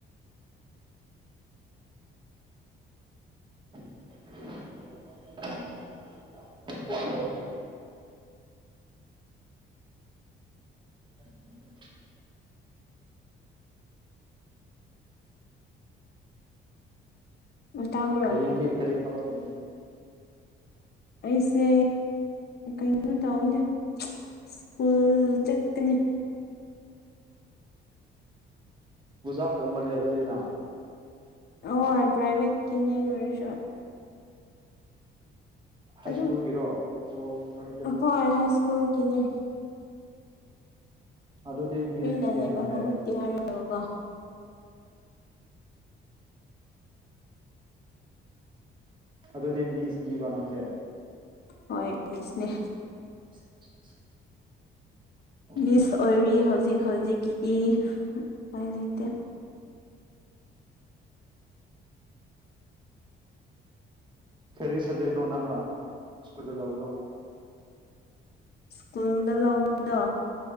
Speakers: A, on the left (about 55°); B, on the right (about 25°).
A: <unintelligible>
B: <unintelligible> ꯎꯝ
A: ꯑꯣ ꯇꯥꯕ꯭ꯔꯣ
B: ꯍꯌꯦꯡꯗꯤ ꯈꯗꯤ ꯊꯕꯛ ꯇꯧꯅꯤ
A: ꯑꯩꯁꯦ ꯀꯩꯅꯣ ꯇꯧꯋꯅꯦ ꯁ꯭ꯀꯨꯜ ꯆꯠꯀꯅꯤ
B: ꯄꯨꯕꯨꯖꯥ ꯇꯧꯃꯜꯂꯦ ꯑꯗꯨꯔꯅ
A: ꯍ ꯄ꯭ꯔꯥꯏꯚꯦꯠꯀꯤꯅꯦ ꯂꯣꯏꯔꯁꯨ
B: ꯍꯥꯏ
A: ꯑꯗꯨꯝ
B: ꯁ꯭ꯀꯨꯜꯒꯤꯔꯣ ꯑꯣ
A: ꯍꯣꯏ ꯍꯥꯏ ꯁ꯭ꯀꯨꯜꯒꯤꯗꯤ
B: ꯑꯗꯨꯗꯤ ꯃꯤꯁꯅꯤꯅꯦ
A: ꯀꯔꯤꯅ ꯂꯩꯕ
B: ꯅꯪꯁꯦ
A: ꯃꯍꯨꯠꯇꯤ ꯍꯥꯏꯔꯒꯀꯣ
B: ꯑꯗꯨꯗꯤ ꯃꯤꯁ ꯅꯤꯕ ꯅꯪꯁꯦ
A: ꯍꯣꯏ ꯃꯤꯁꯅꯦ
B: <unintelligible> ꯑꯣ
A: ꯃꯤꯁ ꯑꯣꯏꯔꯤ ꯍꯧꯖꯤꯛ ꯍꯧꯖꯤꯛꯀꯤꯗꯤ ꯀꯃꯥꯏ ꯂꯩꯇꯦ
B: ꯀꯔꯤꯔꯤ ꯁꯕꯖꯦꯛꯅꯣ ꯅꯪꯅ ꯁ꯭ꯀꯨꯜꯗ ꯂꯧꯕꯗꯣ
A: ꯁ꯭ꯀꯨꯜꯗ ꯂꯧꯕꯗꯣ